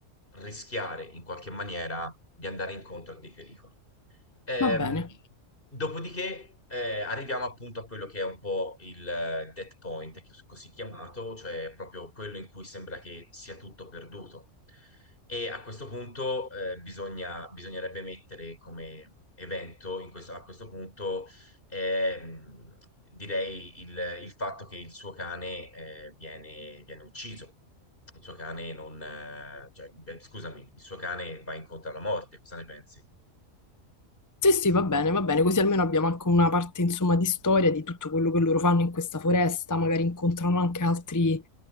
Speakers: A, on the left; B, on the left.
A: rischiare in qualche maniera di andare incontro a dei pericoli. Ehm,
B: va bene.
A: dopodiché eh, arriviamo appunto a quello che è un po' il eh, dead point, che- così chiamato, cioè proprio quello in cui sembra che sia tutto perduto. E a questo punto eh, bisogna- bisognerebbe mettere come evento, in questo- a questo punto, ehm, direi il, il fatto che il suo cane eh, viene, viene ucciso. Il suo cane non, eh, cioè, beh, scusami, il suo cane va incontro alla morte, cosa ne pensi?
B: Sì, sì, va bene, va bene, così almeno abbiamo anche una parte, insomma, di storia di tutto quello che loro fanno in questa foresta, magari incontrano anche altri,